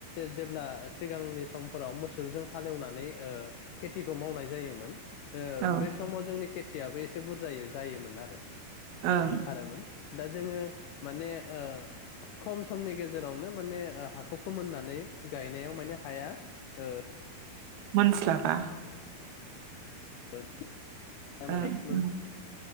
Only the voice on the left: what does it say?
जेब्ला सिगांनि समफोराव मोसौजों हालेवनानै खेथिखौ मावनाय जायोमोन
बे समाव जोंनि खेथ थियाबो एसे बुरजाय जायोमोन आरो ।
ओंखारोमोन दा जोङो माने ओ खम समनि गेजेरावनो माने हाखौ फोमोननानै गायनायाव माने हाया ओ
<unintelligible> <unintelligible>